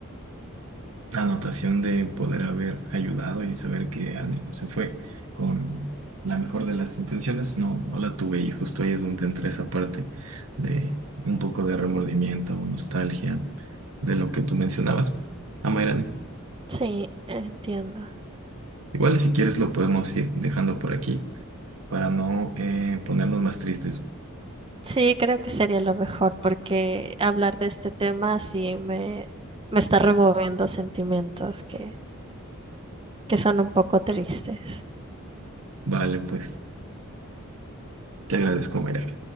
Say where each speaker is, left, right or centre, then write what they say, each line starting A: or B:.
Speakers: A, on the right; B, on the right.
A: anotación de poder haber ayudado y saber que al menos se fue con la mejor de las intenciones, no, no la tuve y justo ahí es donde entra esa parte de un poco de remordimiento o nostalgia de lo que tú mencionabas. Amairani,
B: Sí, entiendo.
A: igual si quieres lo podemos ir dejando por aquí para no eh, ponernos más tristes.
B: Sí, creo que sería lo mejor porque hablar de este tema sí me, me está removiendo sentimientos que, que son un poco tristes.
A: Vale, pues te agradezco, Amairani.